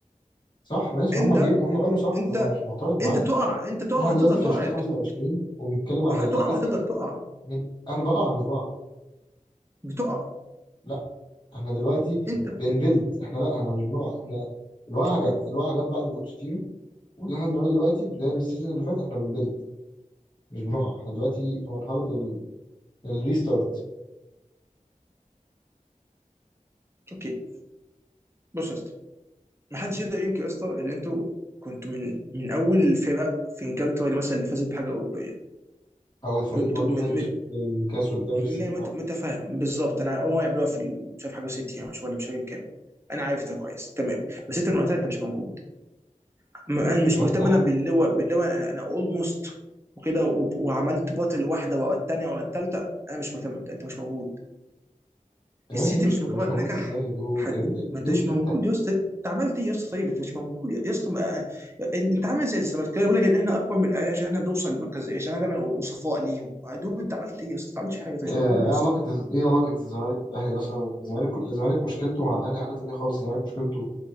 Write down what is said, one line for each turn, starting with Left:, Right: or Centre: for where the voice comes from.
Left: صح ماشي
Right: انت
Left: هم بيب هم بنوا صح
Right: انت
Left: أنا مش معترض معاك
Right: انت تقع انت تقع
Left: إحنا
Right: وهتفضل
Left: دلوقتي في
Right: تقع
Left: 2025
Right: يا دود
Left: وبنتكلم
Right: وهتقع
Left: على الليجاسي
Right: وهتفضل تقع
Left: من أنا بقع أنا مش بقع
Right: بتقع
Left: لا احنا دلوقتي
Right: انت
Left: بنبيلد احنا لا احنا مش بنقع احنا الوقعه
Right: آه،
Left: جت الوقعه جت بعد بوتشيتينو واللي احنا بنعمله دلوقتي بداية من السيزون اللي فات احنا بنبيلد مش بنقع احنا دلوقتي في مرحلة ال... الريستارت
Right: اوكي بص يا أستاذ، ما حدش يقدر ينكر يا اسطى ان انتوا كنتوا من من اول الفرق في انجلترا اللي مثلا اللي فازت بحاجه اوروبيه
Left: هو الفريق
Right: كنتوا
Left: برضه
Right: من,
Left: فاز بس-
Right: من
Left: بالكاس والدوري
Right: م-
Left: في سيزون
Right: مت-
Left: واحد
Right: متفاهم بالظبط انا اول ما يعملوها في ال- مش عارف حاجه 60 او مش ولا مش فاكر كام انا عارف ده كويس تمام بس انت من وقتها انت مش موجود م- انا مش
Left: من وقتها
Right: مهتم انا باللواء باللواء انا انا اولموست وكده و- وعملت باطل واحده ورا الثانيه ورا الثالثه انا مش مهتم انت انت مش موجود
Left: تمام
Right: السيتي
Left: ايه مش
Right: مش مجرد
Left: يعني مش موجود
Right: نجح
Left: ازاي يا دود
Right: حد
Left: يا دود يا
Right: ما
Left: دود
Right: انت مش
Left: انت
Right: موجود يا اسطى انت عملت ايه يا اسطى طيب انت مش موجود يا اسطى ما... انت عامل زي الزمالكاويه بيقول لك ان احنا اكبر من الاهلي عشان احنا بنوصل للمركز عشان احنا دايما وصفاء ليهم ما دول انت عملت ايه يا اسطى ما عملتش حاجه انت
Left: آه،
Right: مش موجود يا
Left: ايه
Right: اسطى
Left: علاقة ال- ايه علاقة الزمالك بالاهلي اصلا الزمالك الزمالك مشكلته مع الاهلي حاجة تانية خالص الزمالك مشكلته